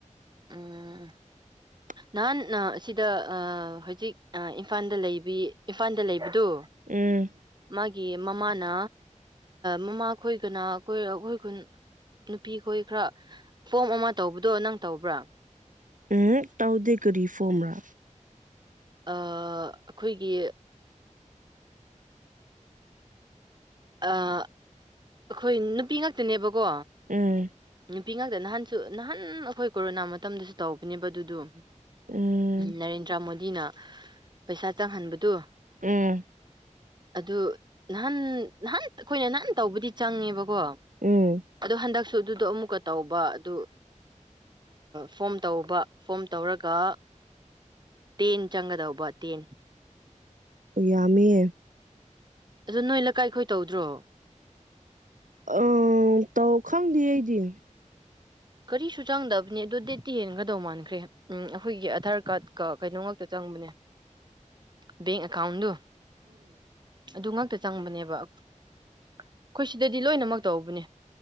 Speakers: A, on the right; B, on the right.
A: <inaudible>
B: ꯎꯝ ꯅꯍꯥꯟ ꯑꯁꯤꯗ ꯍꯧꯖꯤꯛ ꯏꯝꯐꯥꯜꯗ ꯂꯩꯕꯤ ꯏꯝꯐꯥꯜꯗ ꯂꯩꯕꯗꯣ
A: ꯎꯝ
B: ꯃꯥꯒꯤ ꯃꯃꯥꯅ ꯃꯃꯥ ꯈꯣꯏꯒꯅ ꯑꯩꯈꯣꯏ ꯑꯩꯈꯣꯏ ꯀꯨꯟ ꯅꯨꯄꯤ ꯈꯣꯏ ꯈꯔ ꯐꯣꯝ ꯑꯃ ꯇꯧꯕꯗꯣ ꯅꯪ ꯇꯧꯕ꯭ꯔꯥ
A: ꯎꯝ ꯇꯥꯎꯩ ꯀꯔꯤ ꯐꯣꯝ꯭ꯔꯥ
B: ꯑꯩꯈꯣꯏꯒꯤ ꯑ ꯑꯩꯈꯣꯏ ꯅꯨꯄꯤ ꯉꯛꯇꯅꯦꯕꯀꯣ
A: ꯎꯝ
B: ꯅꯨꯄꯤ ꯉꯥꯛꯇ ꯅꯍꯥꯟꯁꯨ ꯅꯍꯥꯟ ꯑꯩꯈꯣꯏ ꯀꯣꯔꯣꯅꯥ ꯃꯇꯝꯗꯁꯨ ꯇꯧꯕꯅꯦꯕ ꯑꯗꯨꯗ ꯎꯝ
A: ꯎꯝ
B: ꯅꯔꯦꯟꯗ꯭ꯔ ꯃꯣꯗꯤꯅ ꯄꯩꯁꯥ ꯆꯪꯍꯟꯕꯗꯨ
A: ꯎꯝ
B: ꯑꯗꯨ ꯅꯍꯥꯟ ꯅꯍꯥꯟ ꯑꯩꯈꯣꯏꯅ ꯅꯍꯥꯟ ꯇꯧꯕꯗꯤ ꯆꯪꯉꯦꯕꯀꯣ
A: ꯎꯝ
B: ꯑꯗꯨꯣ ꯍꯟꯗꯛꯁꯨ ꯑꯗꯨꯗꯣ ꯑꯃꯨꯛꯀ ꯇꯧꯕ ꯑꯗꯨ ꯐꯣꯝ ꯇꯧꯕ ꯐꯣꯝ ꯇꯧꯔꯒ ꯇꯦꯟ ꯆꯪꯒꯗꯧꯕ ꯇꯦꯟ
A: ꯌꯥꯝꯃꯤꯌꯦ
B: ꯑꯗꯣ ꯅꯣꯏꯅꯀꯥꯏ ꯈꯈꯣꯏ ꯇꯧꯗ꯭ꯔꯣ
A: ꯑ ꯇꯧ ꯈꯪꯗꯦ ꯑꯩꯗꯤ
B: ꯀꯔꯤꯁꯨ ꯆꯪꯗꯕꯅꯦ ꯑꯗꯣ ꯗꯦꯠꯇꯤ ꯍꯦꯟꯅꯒꯗꯧ ꯃꯥꯟꯈ꯭ꯔꯦ ꯎꯝ ꯑꯩꯈꯣꯏꯒꯤ ꯑꯙꯥꯔ ꯀꯥꯔꯗꯀ ꯀꯩꯅꯣ ꯉꯥꯛꯇ ꯆꯪꯕꯅꯦ
A: <inaudible>
B: ꯕꯦꯡ ꯑꯦꯀꯥꯎꯟꯗꯣ ꯑꯗꯨ ꯉꯥꯛꯇ ꯆꯪꯕꯅꯦꯕ ꯑꯩꯈꯣꯏ ꯁꯤꯗꯗꯤ ꯂꯣꯏꯅꯃꯛ ꯇꯧꯕꯅꯦ